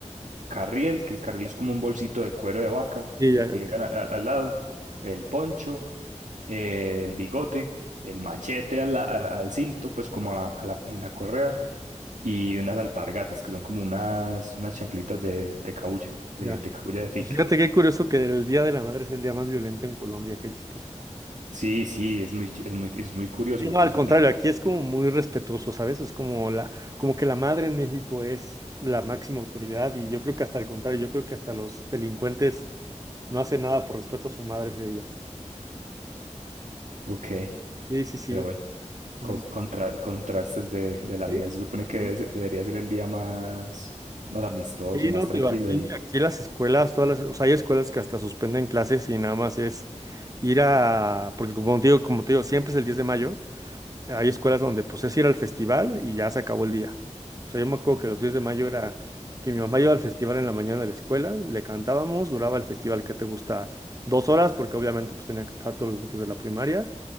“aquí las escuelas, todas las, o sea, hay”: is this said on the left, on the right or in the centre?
Right